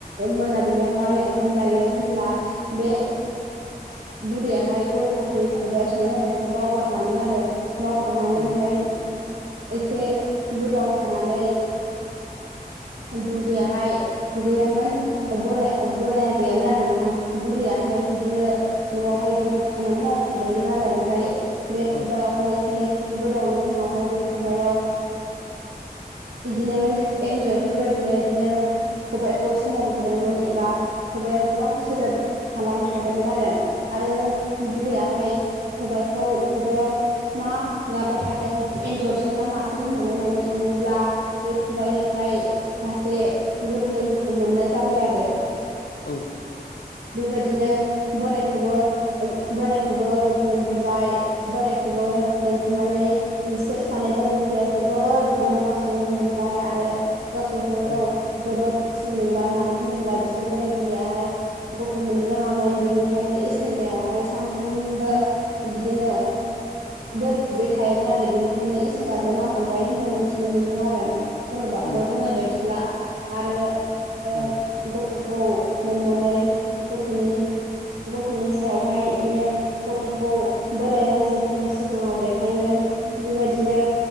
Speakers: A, on the right; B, on the left.
A: मोनाबिलियावहाय ओंखाम जायो होनब्ला बे बुरैयाहाय गय फाथै खबायाव सोना दोननायखो बावगारलाङो आरो। मावगारनानैहाय
B: औ
A: एसे गोबाव थानानै बुरियाहाय गैयामोन बोर बोराया गैयामोन आरो नोंथां। बुरियाहाय इदिनो न'आवहाय इदिनो खामानि मावबाय थादोंमोन आरो ओमफ्राय बे
B: औ
A: खबायावहाय एसे गोबावनि उनावहाय बे खबयाव इदिनो एन्जर बेफोरबायदिनो इदिनो खबाइखौ सोमावबाय थादोंमोन एबा खबायाव गोबां सोदोब खालामबाय थादोंमोन आरो। आरो बुरैयाहाय खबाइखौ खबाइआव मा गाबबाय थादों एन्जरसो ना मासो होननानै नायनो थाङोब्ला बे खबाइनिफ्राय सासे गोरलै गथ' मोननाय जाबाय आरो।
B: औ
A: बेबायदिनो बोरायखौबो बोरायखौबो लिंहरबाय बोरायखौबो लिंहरनानै बिसोर सानै बोराइ बुरैया जोबोद रंजाखांनाय मोनबाय आरो गावसोरखौनो
B: औ
A: गाव जोबोद खुसि मोनबाय मानो होनोब्ला बिसोर बोराय बुरैयाहाय गथ' मोननो रोङामोन बिनिखायनो इसोरनियावहाय सानफ्रोमबो बिदिनो बोर बिबाय थायोमोन आरो बिनिखायनो इसोराबो नाहर बाय होननानै मोनथिनो मोनदों आरो सल'बाथायाव
B: उम
A: दंनाय बादिब्ला आरो ओ
B: औ
A: गथ'खौ मोननानै गथ'नि गथ'नि सायावहाय इदिनो गथ'खौ बोरै रायजोफोरनि सिगाङाव देखायगोन बेबायदिनो